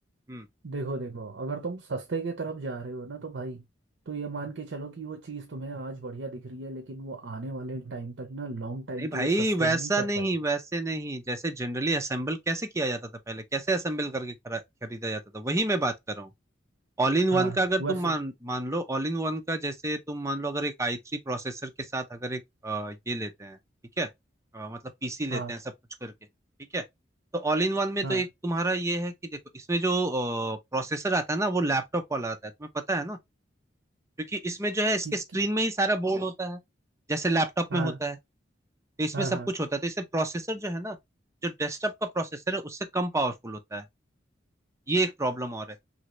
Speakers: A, on the right; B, on the right.
A: हम्म
B: देखो देखो अगर तुम सस्ते की तरफ जा रहे हो ना तो भाई तो ये मान के चलो कि वो चीज़ तुम्हें आज बढ़िया दिख रही है लेकिन वो आने वाले टाइम तक ना लॉन्ग टाइम
A: नहीं भाई
B: के लिए सस्टेन
A: वैसा
B: नहीं कर
A: नहीं
B: पाएगी
A: वैसे नहीं जैसे जनरली असेंबल कैसे किया जाता था पहले कैसे असेंबल करके खरा- खरीदा जाता था वही मैं बात कर रहा हूँ ऑल इन वन
B: हाँ
A: का अगर
B: वैसे
A: तुम मान मान लो ऑल इन वन का जैसे तुम मान लो अगर एक आई थ्री प्रोसेसर के साथ अगर एक अ, ये लेते हैं ठीक है अ, मतलब पीसी
B: हाँ
A: लेते हैं सब कुछ करके ठीक है तो ऑल इन वन में
B: हाँ
A: तो एक तुम्हारा ये है कि देखो इसमें जो प्रोसेसर आता है ना वो लैपटॉप वाला आता है तुम्हें पता है ना क्योंकि इसमें जो है इसके
B: कि,
A: स्क्रीन
B: कि
A: में ही सारा बोर्ड होता है जैसे लैपटॉप
B: हाँ
A: में होता है तो इसमें
B: हाँ
A: सब
B: हाँ
A: कुछ होता है तो इससे प्रोसेसर जो है ना जो डेस्कटॉप का प्रोसेसर है उससे कम पावरफुल होता है ये एक प्रॉब्लम और है